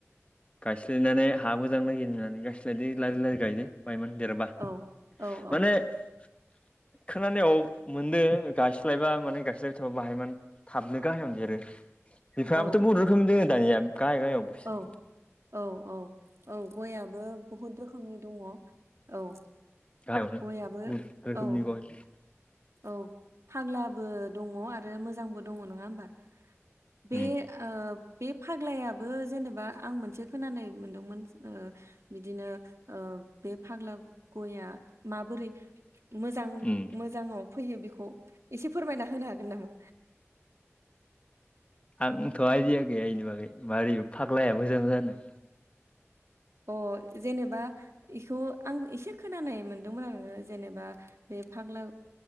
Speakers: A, on the left; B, on the right.
A: गायस्लायनानै हा मोजां नागिरनानै गायस्लायदो लारि लारि गायदो। बायमोन देरबा
B: औ औ
A: माने
B: औ
A: <inaudible> खोनानायाव मोनदो गायस्लायबा माने गायस्लायबाय थाबा बाहायमोन थाबनो गाहायावनो देरो। बिफाङाबोथ'
B: औ
A: बहुत रोखोमनि दङ दानिया गाहाय गाहायावबो फिथाय
B: औ
A: थायो।
B: औ औ औ गयाबो बहुद रोखोमनि दङ औ
A: गालायावनो
B: गयाबो
A: बुद रोखोमनि
B: औ
A: गय
B: औ फाग्लाबो दङ आरो मोजांबो दङ नङा ओमबा? बे
A: उम
B: ओ बेफ फाग्लायाबो जेनेबा आं मोनसे खोनानाय मोनदोंमोन ओ बिदिनो ओ बे फाग्ला गया माबोरै मोजां
A: उम
B: मोजाङाव फैयो बेखौ एसे फोरमायना होनो हागोन नामा?
A: आंथ' आइदिया गैया इनि बागै मारै फाग्लाया मोजां जानो।
B: ओ जेनेबा इखौ आं एसे खोनानाय मोनदोंमोन आरोना जेनेबा बे फाग्ला